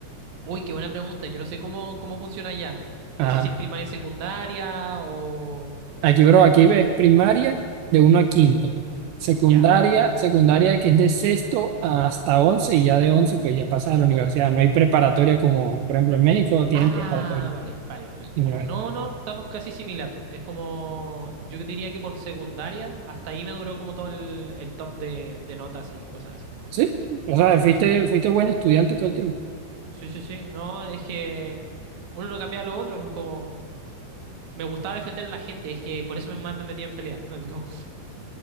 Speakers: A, on the right; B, on the right.
A: Uy, qué buena pregunta. Yo no sé cómo, cómo funciona ya.
B: Ajá.
A: No sé si es primaria, secundaria o...
B: Aquí, bro, aquí ves primaria de uno a quinto, secundaria,
A: Ya.
B: secundaria que es de sexto hasta 11 y ya de 11 pues ya pasas a la universidad. No hay preparatoria como, por ejemplo, en México tienen
A: Ah,
B: preparatoria.
A: vale, vale, vale.
B: y
A: Ya.
B: no hay.
A: No, no, estamos casi similar. Es como, yo diría que por secundaria, hasta ahí me duró como todo el, el top de, de notas y cosas así.
B: Sí, o sea,
A: Sí,
B: fuiste,
A: sí, sí.
B: fuiste buen estudiante todo el tiempo.
A: Sí, sí, sí, no, es que uno no cambia a lo otro, pues como me gustaba defender a la gente, es que por eso me- más me metía en pelea. <laughs> Como,